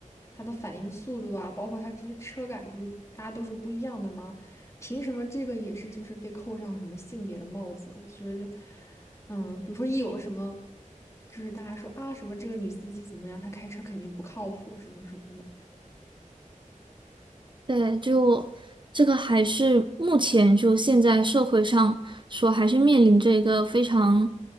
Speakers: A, on the left; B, on the right.
A: 他的反应速度啊，包括他这些车感，就是大家都是不一样的吗？凭什么这个也是就是被扣上什么性别的帽子？我觉得。嗯，比如说一有什么，就是大家说啊什么这个女司机怎么样，她开车肯定不靠谱什么什么的，
B: 对，就这个还是目前就现在社会上说，还是面临着一个非常